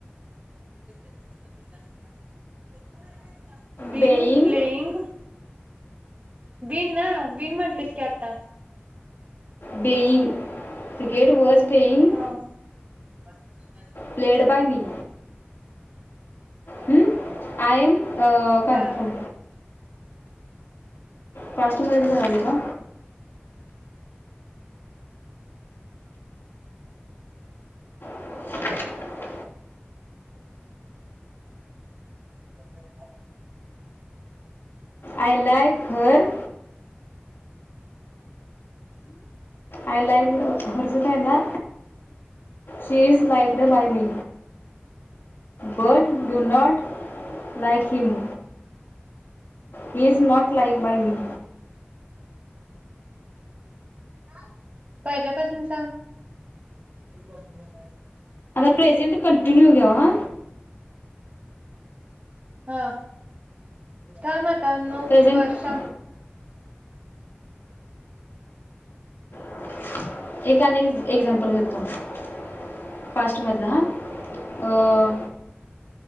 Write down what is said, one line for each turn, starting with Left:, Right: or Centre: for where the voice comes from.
Right: <unintelligible> बिन
Left: बेईंग
Right: प्लेइंग बीन ना बीन म्हंटलीस की आता
Left: बेईंग क्रिकेट वॉज बेईंग
Right: हा <unintelligible>
Left: प्लेड बाय मी हम्म आईम कन्फर
Right: बर
Left: फास्ट मदत कराल का <inaudible>
Right: <inaudible>
Left: I like her I like हर्च काय ना she is liked by me but do not like him he is not like by मी
Right: <unintelligible> पहिल्यापासून सांग <unintelligible>
Left: प्रेझेंटी कंटीन्यू घ्या ह
Right: हा काम आता नऊ
Left: प्रेझेंट
Right: वर सांग
Left: <inaudible> एक अनेक एक्झाम्पल देतो <inaudible> पास्टमधलं
Right: हम्म
Left: हा अ